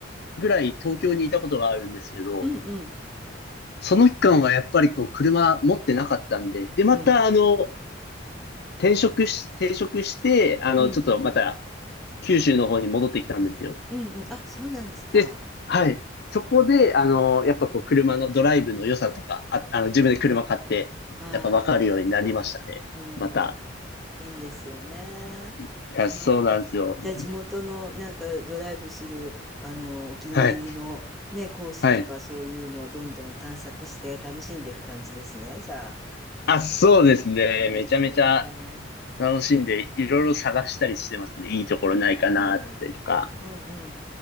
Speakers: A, on the left; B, in the centre.
A: ぐらい東京にいたことがあるんですけど、
B: い。うんうん
A: その期間はやっぱりこう、車持ってなかったんで、で、また、
B: うん
A: あの、転職し、転職して、あの、
B: うん
A: ちょっとまた、九州の方に戻ってきたんですよ。
B: うんうん。あ、そうなんですか。
A: です。はい。そこで、あの、やっぱこう、車のドライブの良さとか、あ、あの、自分で車買って、
B: はい。
A: やっぱ分かるようになりましたね。
B: うん。
A: また。
B: いいですよね。
A: いや、
B: はい。
A: そうなんですよ。
B: じゃあ地元のなんかドライブするあのお気に入りのねコースとかそういうのをどんどん探索して楽しんでる感じですね。
A: はい。はい。
B: じゃあ
A: あ、そうですね。
B: いいですね。
A: めちゃめちゃ楽しんで、いろいろ探したりしてますね。
B: はい。
A: いいところないかな、
B: うん
A: だったりとか。
B: うんうん。